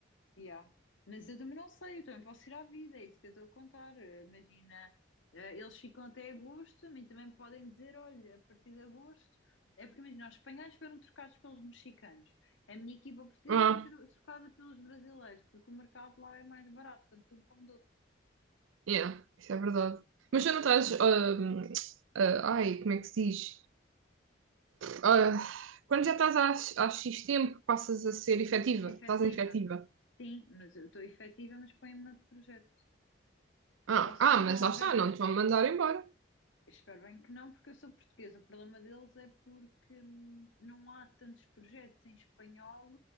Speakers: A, on the left (about 80°); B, on the right (about 80°).
A: Yeah. Mas eu também não sei, eu também posso ir à vida, é isso que eu estou a contar. Eh, Imagina, eh, eles ficam até agosto, a mim também podem dizer, olha, a partir de agosto. É porque imagina, os espanhóis foram trocados pelos mexicanos. A minha equipa portuguesa
B: Ah,
A: foi tro- trocada pelos brasileiros, porque o mercado lá é mais barato, tanto de um como do outro.
B: yeah, isso é verdade. Mas já não estás. ahm, ah, ai, como é que se diz? Ah, quando já estás há, há X tempo, passas a ser efetiva.
A: Efetiva.
B: Estás em efetiva.
A: Sim, mas eu estou efetiva, mas põe-me noutro projeto.
B: Ah,
A: Ou se
B: ah, mas
A: não
B: lá
A: houver
B: está,
A: projeto.
B: não te vão mandar embora.
A: Espero bem que não, porque eu sou portuguesa. O problema deles é porque hum, não há tantos projetos em espanhol